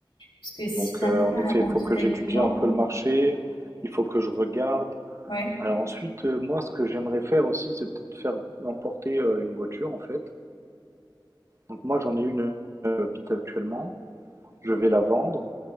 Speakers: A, on the left (about 80°); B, on the right (about 35°).
A: Parce que si
B: Donc,
A: tu
B: euh,
A: n'arrives
B: en
A: pas
B: effet,
A: à la vendre
B: il faut
A: directement,
B: que j'étudie un peu le marché, il faut que je regarde.
A: ouais,
B: Alors ensuite, euh, moi, ce que j'aimerais faire aussi, c'est peut-être faire importer euh, une voiture, en fait. Donc moi, j'en ai une euh, Fit actuellement. Je vais la vendre.